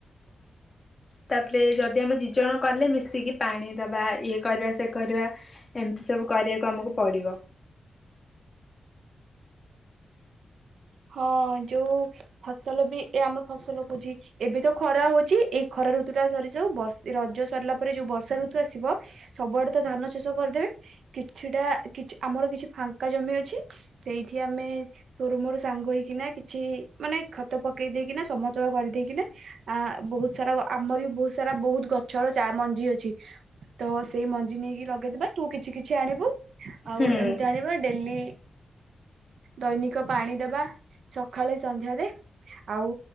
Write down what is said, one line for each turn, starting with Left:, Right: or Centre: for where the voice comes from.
Right: <inaudible>
Left: ତାପରେ ଯଦି ଆମେ ଦିଜଣ କଲେ ମିଶିକି ପାଣି ଦବା ଇଏ କରିବା ସେ କରିବା। ଏମତି ସବୁ କରିବାକୁ ଆମକୁ ପଡ଼ିବ।
Right: ହଁ ଯୋଉ ଫସଲ ବି ଏ ଆମ ଫସଲ କହୁଚି ଏବେ ତୋ ଖରା ହଉଚି ଏଇ ଖରା ଋତୁ ଟା ସରି ଯାଉ ବର୍ ଏ ରଜ ସରିଲା ପରେ ଯୋଉ ବର୍ଷା ଋତୁ ଆସିବ ସବୁଆଡ଼େ ତ ଧାନ ଚାଷ କରିଦେବେ। କିଛିଟା କିଛ୍ ଆମର କିଛି ଫାଙ୍କା ଜମି ଅଛି ସେଇଠି ଆମେ ତୋର୍ ମୋର ସାଙ୍ଗ ହେଇକିନା କିଛି ମାନେ ଖତ ପକେଇ ଦେଇକିନା ସମତଳ କରିଦେଇକିନା ଆ ବୋହୁତ୍ ସାରା ଆମରି ବି ବୋହୁତ୍ ସାରା ବୋହୁତ୍ ଗଛର ଚା ମଞ୍ଜି ଅଛି। ତ ସେଇ ମଞ୍ଜି ନେଇକି ଲଗେଇ ଦବା। ତୁ କିଛି କିଛି ଆଣିବୁ। ଆଉ
Left: ହୁଁ
Right: ଏମତି ଆଣିବା। ଡେଲି ଦୈନିକ ପାଣି ଦେବା ସକାଳେ ସନ୍ଧ୍ୟାରେ। ଆଉ